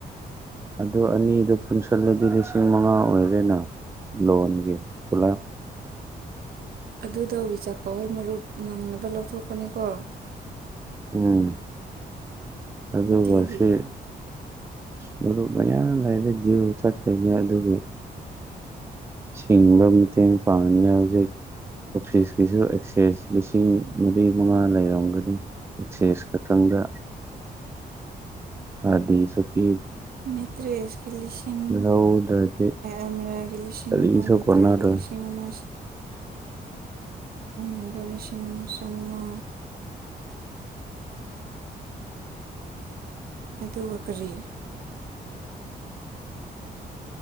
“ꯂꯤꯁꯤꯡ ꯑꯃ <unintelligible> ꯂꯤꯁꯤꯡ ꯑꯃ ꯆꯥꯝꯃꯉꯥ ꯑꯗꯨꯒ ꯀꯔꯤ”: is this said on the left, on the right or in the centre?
Right